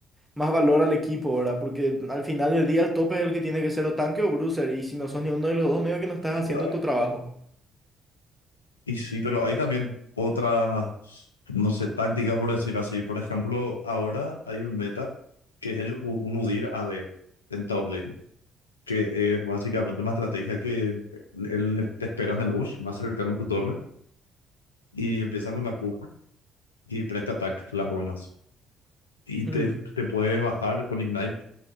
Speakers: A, in the centre; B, on the left (about 80°).
A: más valor al equipo, ¿verdad? Porque al final del día el tope es el que tiene que ser o tanque o bruiser. Y si no sos ninguno de los dos, medio que no estás haciendo
B: Ujú.
A: tu trabajo.
B: Y sí, pero hay también otras, no sé, tácticas por decir así. Por ejemplo, ahora hay un meta que es el u- un UDIR a AD en top lane, que es básicamente una estrategia que él te espera en el bush, más cercano a tu torre, y empieza con la Q y presta ataques, las runas. Y te,
A: Mm.
B: te puedes bajar con Ignite